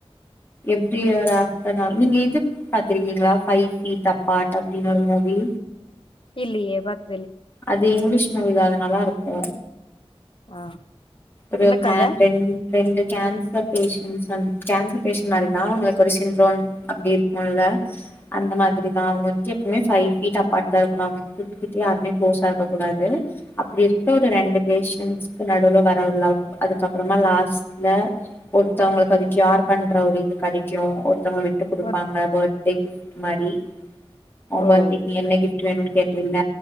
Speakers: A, on the left; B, on the left.
A: எப்டி இயர் ஆஃப் டனார் நீங்க இது பாத்துருக்கீங்ளா ஃப ஃபீட் அப்பாட் அப்டின்னு ஒரு மூவி
B: இல்லையே பாத்
A: அது இங்லீஷ் மூவி தான நல்லாருக்கு
B: ஆ
A: ஒரு
B: என்ன
A: கேன்
B: கத
A: ரெண் ரெண்டு கேன்சர் பேஷன்ட்ஸ் வந்து கேன்சர் பேஷன்ட் மாரி தா அவுங்ளுக்கு ஒரு சின்ட்ரோம் அப்டி இருக்குல்ல அந்த மாதிரி தா அவுங்க வந்துட்டு எப்பமே ஃபை ஃபீட் அப்பாட் தா இருக்கனு அவுங்க கிட் கிட்ட‌யாருமே க்ளோஸா இருக்க கூடாது அப்டி இருக்க ஒரு ரெண்டு பேஷன்ட்ஸ்க்கு நடுவுல வ ர ஒரு லவ் அதுக்கப்பறமா லாஸ்ட்ல ஒருத்தவுங்களுக்கு அது க்யோர் பண்ற ஒரு இது கெடைக்கு ஒரு த்தங்க விட்டு குடுப்பாங்க
B: ஒ
A: பர்த்டே கிஃப்ட் மாரி ஒம்
B: ஓ
A: பர்த்டேக்கு நீ என்ன கிஃப் ட் வேணுன் கேட்டீல்ல